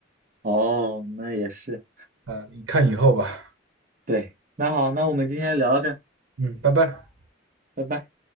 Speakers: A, on the right; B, on the right.
A: 哦，那也是。
B: 呃，你看以后吧。
A: 对，那好，那我们今天聊到这儿，
B: 嗯，拜拜。
A: 拜拜。